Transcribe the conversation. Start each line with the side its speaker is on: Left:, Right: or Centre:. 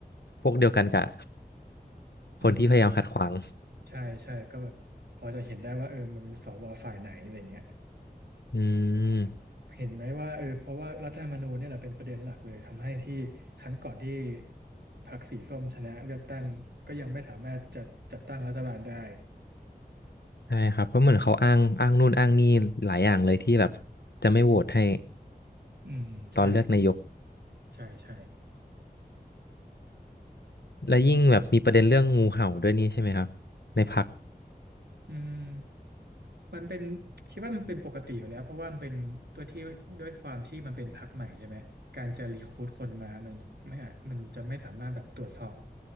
Left: พวกเดียวกันกับ
Right: อืม
Left: คนที่พยายามขัดขวาง
Right: ใช่ใช่ก็แบบพอจะเห็นได้ว่าเออมันเป็นสวฝ่ายไหนอะไรเงี้ย
Left: อืม
Right: เห็นไหมว่าเออเพราะว่ารัฐธรรมนูญเนี่ยแหละเป็นประเด็นหลักเลยทำให้ที่ครั้งก่อนที่พรรคสีส้มชนะเลือกตั้งก็ยังไม่สามารถจัดจัดตั้งรัฐบาลได้
Left: ใช่ครับเพราะเหมือนเขาอ้างอ้างนู่นอ้างนี่หลายอย่างเลยที่แบบจะไม่โหวตให้
Right: อืมใช่
Left: ตอนเลือกนายก
Right: ใช่ใช่
Left: และยิ่งแบบมีประเด็นเรื่องงูเห่าด้วยนี่ใช่ไหมครับในพรรค
Right: อืมมันเป็นคิดว่ามันเป็นปกติอยู่แล้วเพราะว่ามันเป็นตัวที่ด้วยความที่มันเป็นพรรคใหม่ใช่ไหมการจะรีครูทคนมามันไม่อะมันจะไม่สามารถแบบตรวจสอบ